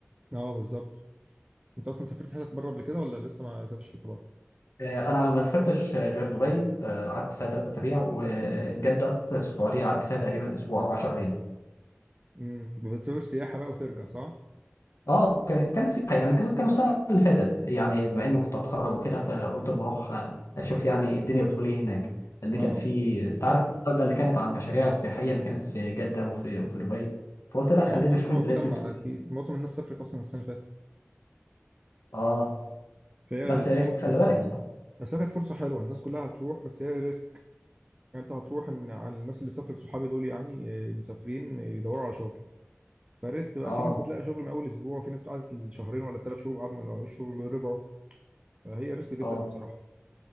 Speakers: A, on the right (about 25°); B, on the left (about 80°).
A: اه بالظبط انت اصلا سافرت حتت بره قبل كده ولا لسه ما سافرتش حته بره
B: آه، انا ما سافرتش آه، غير دبي آه، قعدت فيها ثلاث اسابيع وجده في السعوديه قعدت فيها تقريبا اسبوع او 10 ايام
A: امم بتسافر سياحه بقى وترجع صح
B: اه ك- كانت سياحه يعني كانوا كانوا السنه اللي فاتت يعني بما اني كنت اتخرج وكده فقلت اما اروح اشوف يعني الدنيا بتقول ايه هناك لان
A: اه
B: كان في انت عارف الضجه اللي كانت على المشاريع السياحيه اللي كانت في جده وفي وفي دبي فقلت لا خلينا
A: اه ما لسه
B: اشوف البلاد
A: موجوده اما
B: دي بتقول
A: في
B: ايه
A: معظم الناس سافرت اصلا السنه اللي فاتت
B: اه
A: فهي
B: بس
A: بصراحه
B: إيه، خلي
A: كانت
B: بالك
A: يعني بس هي كانت فرصه حلوه الناس كلها هتروح بس هي ريسك يعني انت هتروح ان على الناس اللي سافرت صحابي دول يعني آه، مسافرين يدوروا على شغل فريسك بقى
B: اه
A: في ناس بتلاقي شغل من اول اسبوع وفي ناس قعدت شهرين ولا ثلاث شهور وقعدوا ما لقوش شغل ورجعوا فهي ريسك جدا
B: اه
A: بصراحه